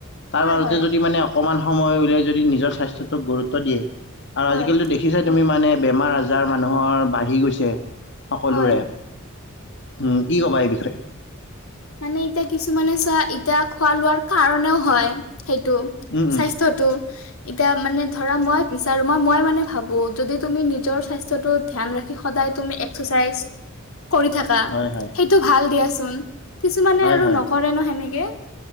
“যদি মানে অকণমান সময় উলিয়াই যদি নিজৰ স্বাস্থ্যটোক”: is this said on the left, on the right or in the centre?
Left